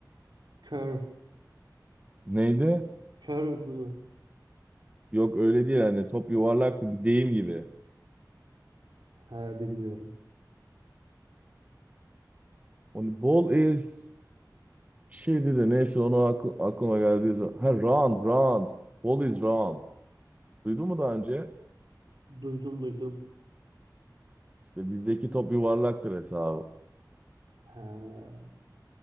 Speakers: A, on the right (about 80°); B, on the right (about 20°).
A: Curve.
B: neydi?
A: Curved mı?
B: Yok öyle değil yani. Top yuvarlaktı bir deyim gibi.
A: Ha, bilmiyorum.
B: Onu ball is bir şeydi de neyse onu akl- aklıma geldiği zaman. Ha round round. Ball is round. Duydun mu daha önce?
A: Duydum duydum.
B: İşte bizdeki top yuvarlaktır hesabı.
A: Ha,